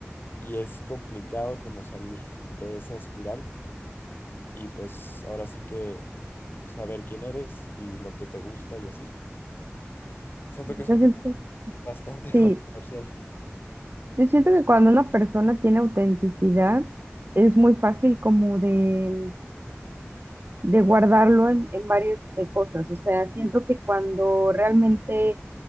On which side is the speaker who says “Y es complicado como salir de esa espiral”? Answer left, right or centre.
Left